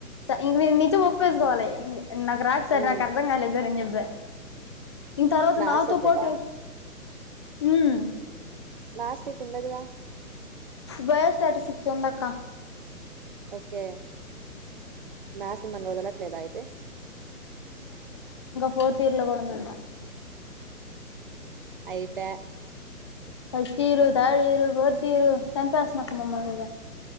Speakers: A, on the left; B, on the right.
A: ఇంక నేను నిజం ఒప్పుేసుకోవాలి నాకు రాద్ సార్
B: ఉమ్
A: నాకు అర్ధం కాలలే జరింది వెేత్ దీ తర్వాత
B: మ్యాథ్స్
A: నాతో
B: సబ్జెక్టా
A: పోటే మ్
B: మ్యాస్ మీక్ ఉండదుగా
A: బయోస్టాటిస్టిక్స్ందాక్క
B: ఓకే మ్యాస్ మన్ వదలట్లేదా అయితే
A: పోర్తి తీర్లో కూడాందంట
B: అయితే
A: ఫస్టీర్, థార్డ్ ఇయర్, ఫోర్థీర్ చంపేస్తుందుక్క మమ్మల్ని